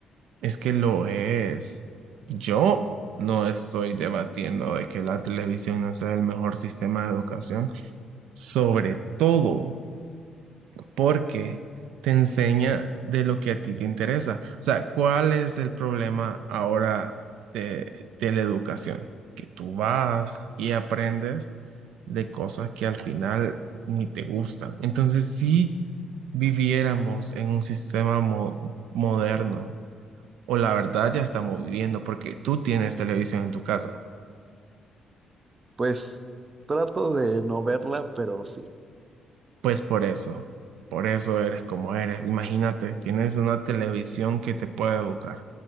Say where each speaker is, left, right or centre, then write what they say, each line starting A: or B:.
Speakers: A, on the right; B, on the right.
A: Es que lo es. Yo no estoy debatiendo de que la televisión no sea el mejor sistema de educación, sobre todo. porque te enseña de lo que a ti te interesa. O sea, ¿cuál es el problema ahora de, de la educación? Que tú vas y aprendes de cosas que al final ni te gustan. Entonces, si viviéramos en un sistema mo- moderno, o la verdad ya estamos viviendo, porque tú tienes televisión en tu casa,
B: Pues trato de no verla, pero sí.
A: Pues por eso, por eso eres como eres. Imagínate, tienes una televisión que te puede educar